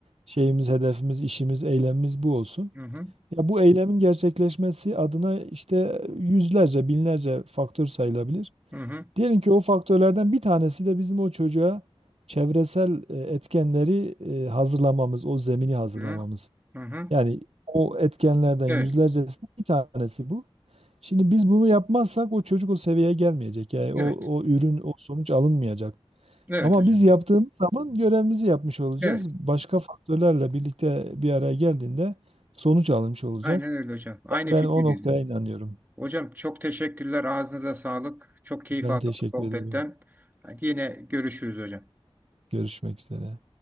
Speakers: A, on the right (about 85°); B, on the right (about 20°).
A: şeyimiz, hedefimiz, işimiz, eylemimiz bu olsun.
B: Hı hı.
A: Ya bu eylemin gerçekleşmesi adına işte yüzlerce, binlerce faktör sayılabilir.
B: Hı hı.
A: Diyelim ki o faktörlerden bir tanesi de bizim o çocuğa çevresel e, etkenleri e, hazırlamamız, o zemini hazırlamamız.
B: Hı hı. Hı.
A: Yani o etkenlerden
B: Evet.
A: yüzlercesinin bir tanesi bu. Şimdi biz bunu yapmazsak o çocuk o seviyeye gelmeyecek. Yani o,
B: Evet.
A: o ürün, o sonuç alınmayacak.
B: Evet
A: Ama
B: hocam.
A: biz yaptığımız zaman görevimizi yapmış olacağız.
B: Evet.
A: Başka faktörlerle birlikte bir araya geldiğinde sonuç alınmış olacak.
B: Aynen öyle hocam. Aynı
A: Yani ben
B: fikirdeyiz.
A: o noktaya
B: hocam.
A: inanıyorum.
B: Hocam çok teşekkürler. Ağzınıza sağlık. Çok keyif
A: Ben
B: aldım
A: teşekkür
B: bu sohbetten.
A: ederim.
B: Hadi yine görüşürüz hocam.
A: Görüşmek üzere.